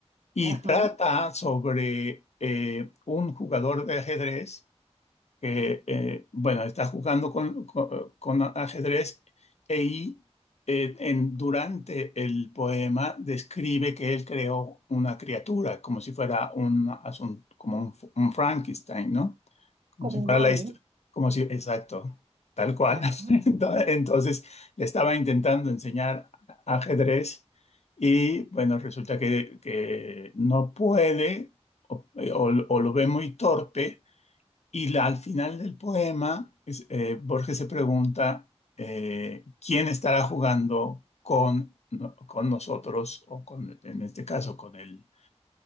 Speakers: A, on the left; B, on the right.
A: y
B: Ajá,
A: trata sobre eh, un jugador de ajedrez que, eh, bueno, está jugando con, con- con ajedrez e y, eh, en, durante el poema describe que él creó una criatura, como si fuera un, asun- como un, un Frankenstein, ¿no? Como
B: como
A: si
B: un
A: fuera
B: golem.
A: la historia. Como si, exacto, tal cual.
B: Ajá,
A: <laughs> Ento- Entonces le estaba intentando enseñar ajedrez y bueno, resulta que, que no puede o, eh, o- o lo ve muy torpe y la- al final del poema es- eh, Borges se pregunta eh, quién estará jugando con, no, con nosotros o con, en este caso con él